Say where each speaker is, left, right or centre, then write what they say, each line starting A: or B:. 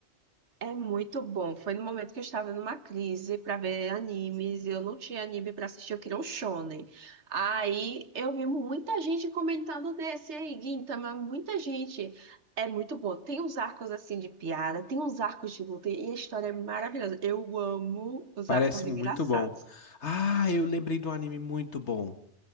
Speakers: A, on the right; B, on the left.
A: É muito bom. Foi no momento que eu estava numa crise para ver animes, e eu não tinha anime para assistir, eu queria um shonen. Aí eu vi muita gente comentando desse aí, Gintama, muita gente. É muito bom. Tem uns arcos assim de piada, tem uns arcos de luta e a história é maravilhosa. Eu amo os
B: Parece
A: arcos
B: muito
A: engraçados.
B: bom. Ah, eu lembrei de um anime muito bom.